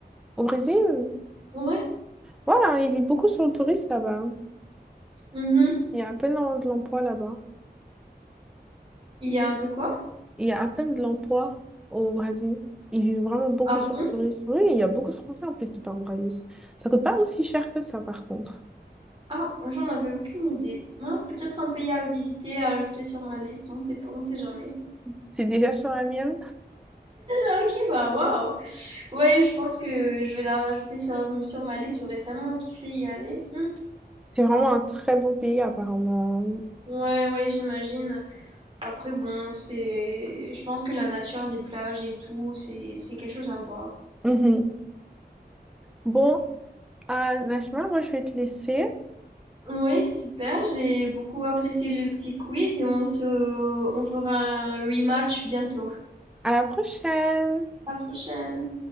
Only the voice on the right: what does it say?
Ouais.
Mhm.
Il y a un peu quoi?
Ah
bon?
Ah, j'en avais aucune idée. Ah, peut-être un pays à visiter, à ajouter sur ma liste, on ne sait pas, on ne sait jamais.
Ah, ok, bah waouh! Ouais, je pense que je vais la rajouter sur, sur ma liste, j'aurais tellement kiffé y aller. Hmm.
Ouais, ouais, j'imagine. Après, bon, c'est. Je pense que la nature, les plages et tout, c'est c'est quelque chose à voir.
Ouais, super, j'ai beaucoup apprécié le petit quiz et on se... on fera un rematch bientôt.
À la prochaine!